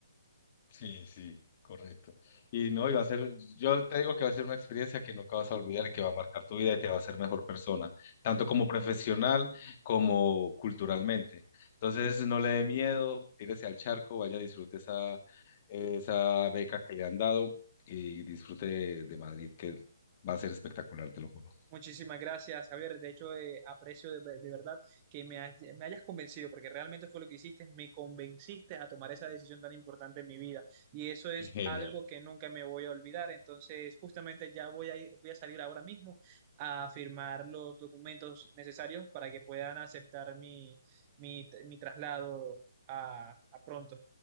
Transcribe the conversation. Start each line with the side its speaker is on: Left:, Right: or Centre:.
Left: sí, sí, correcto. Y no, y va a ser, yo te digo que va a ser una experiencia que nunca vas a olvidar, y que va a marcar tu vida y te va a hacer mejor persona, tanto como profesional como culturalmente. Entonces, no le dé miedo, tírese al charco, vaya, disfrute esa, esa beca que le han dado y disfrute de, de Madrid, que va a ser espectacular, te lo juro.
Right: Muchísimas gracias, Javier. De hecho, eh, aprecio de, de verdad que me, has- me hayas convencido, porque realmente fue lo que hiciste, me convenciste a tomar esa decisión tan importante en mi vida. Y eso es
Left: Genial,
Right: algo que nunca me voy a olvidar. Entonces, justamente ya voy a, ir- voy a salir ahora mismo a firmar los documentos necesarios para que puedan aceptar mi, mi, mi traslado a, a pronto.